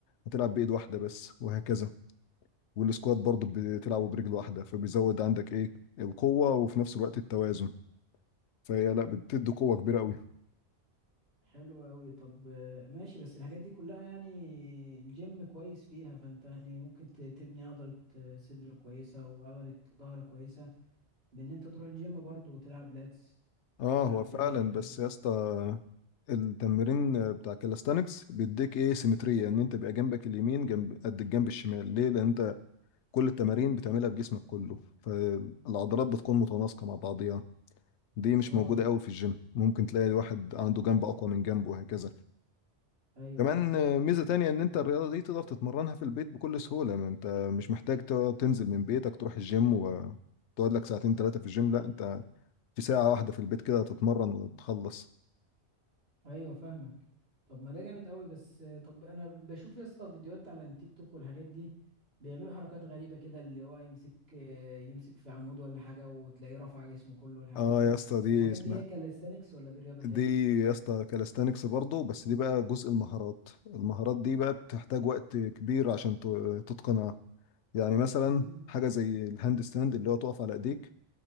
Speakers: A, on the left; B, on the right.
A: هتلعب بإيد واحدة بس وهكذا والسكوات برضه بتلعبه برجل واحدة فبيزود عندك إيه القوة وفي نفس الوقت التوازن فهي لا بتدي قوة كبيرة قوي
B: حلو قوي طب آه، ماشي بس الحاجات دي كلها يعني الجيم كويس فيها فانت يعني ممكن ت- تبني عضلة آه، صدر كويسة وعضلة ظهر كويسة بان انت تروح الجيم برضو وتلعب لاتس
A: اه
B: وتلعب
A: هو فعلا
B: بنش والحاجات
A: بس
B: دي
A: يا اسطى التمرين بتاع كالستانكس بيديك ايه سيمترية ان انت بيبقى جنبك اليمين جنب قد الجنب الشمال ليه لان انت كل التمارين بتعملها بجسمك كله فالعضلات بتكون متناسقة مع بعضيها دي مش
B: اه
A: موجودة قوي في الجيم ممكن تلاقي الواحد عنده جنب أقوى من جنبه وهكذا
B: ايوه
A: كمان
B: صح
A: آه، ميزة تانية إن أنت الرياضة دي تقدر تتمرنها في البيت بكل سهولة ما أنت مش محتاج تقعد تنزل من بيتك تروح الجيم وتقعد لك ساعتين ثلاثة في الجيم لا أنت في ساعة واحدة في البيت كده تتمرن وتخلص
B: ايوه فاهمك طب ما ده جامد قوي بس طب انا بشوف يا اسطى فيديوهات على التيك توك والحاجات دي بيعملوا حركات غريبه كده اللي هو يمسك يمسك في عمود ولا حاجه وتلاقيه رفع جسمه كله والحاجات
A: اه
B: دي
A: يا اسطى دي
B: الحاجات
A: اسمها
B: دي هي كاليستانكس ولا دي رياضه تاني
A: دي يا اسطى كالستانكس برضه بس دي بقى جزء المهارات المهارات دي بقى بتحتاج وقت كبير عشان ت- تتقنها يعني مثلا
B: امم
A: حاجة زي الهاند ستاند اللي هو تقف على ايديك